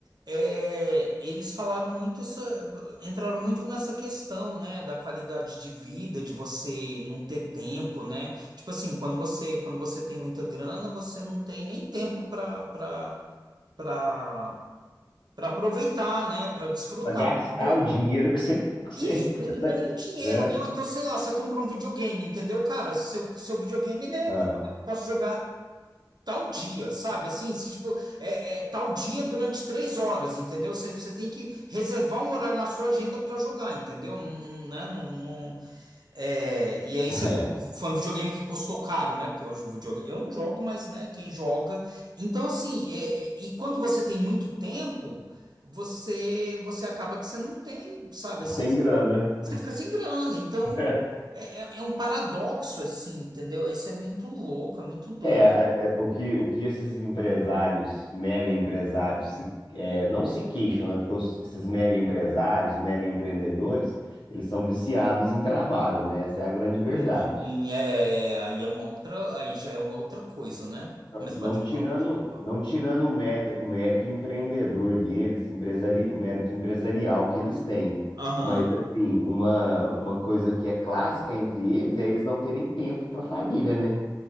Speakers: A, on the right (about 65°); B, on the left (about 85°).
A: é, eles falaram muito essa, entraram muito nessa questão, né, da qualidade de vida, de você não ter tempo, né? Tipo assim, quando você quando você tem muita grana, você não tem nem tempo para para para para aproveitar, né, para desfrutar.
B: Pra gastar
A: Eu-
B: o dinheiro que você, que você,
A: Isso,
B: que
A: não
B: você tá,
A: é nem dinheiro,
B: né?
A: né? Ou então, sei lá, você compra um videogame, entendeu, cara? Seu seu videogame, ele é
B: Ah,
A: posso jogar tal dia, sabe? Assim, se tipo, é, é tal dia durante três horas, entendeu? Você, você tem que reservar um horário na sua agenda para jogar, entendeu? Não, não, né? Não, não- é, e aí você
B: é.
A: foi um videogame que custou caro, né? Porque hoje o videogame, eu não jogo, mas né, quem joga. Então, assim, é, é, e quando você tem muito tempo, você você acaba que você não tem, sabe?
B: Não
A: Assim,
B: tem grana.
A: você fica sem grana. Então,
B: <laughs>
A: é, é é um paradoxo, assim, entendeu? Isso é muito louco, é muito doido.
B: É, é, é, o que, o que esses empresários, mega empresários, se, é, não se queixam, né? Porque os- esses mega empresários, mega empreendedores, eles são viciados em trabalho, né? Essa é a grande verdade.
A: Hum, é, aí é uma outra, aí já é uma outra coisa, né? Mas
B: Não
A: pode,
B: tirando,
A: desculpa.
B: não tirando o meta- o mérito empreendedor deles, empresari, o mérito empresarial que eles têm.
A: Aham.
B: Mas, assim, uma, uma coisa que é clássica entre eles é eles não terem tempo para a família, né?